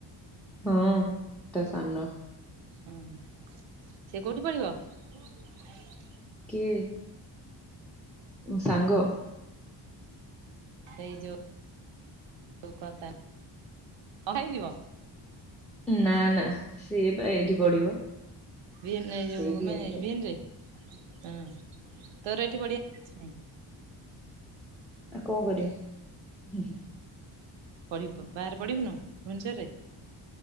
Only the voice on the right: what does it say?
ହୁଁ ସେ କୋଉଠି ପରିବ? <unintelligible>
ସେଇ ଯୋ କଁ ତା ହଁ ହେଇଯିବ।
ଭିଏନ୍ ରେ
ଯୋ <unintelligible>
ଭିଏନ୍ ରେ ହଁ ତୋର ଏଠି ବଢିଆ ଛି ନାଇଁ।
ପଢିପୁ ବାହାରେ ପଢିବୁନୁ ଭୁନ୍ଶ୍ୱରରେ।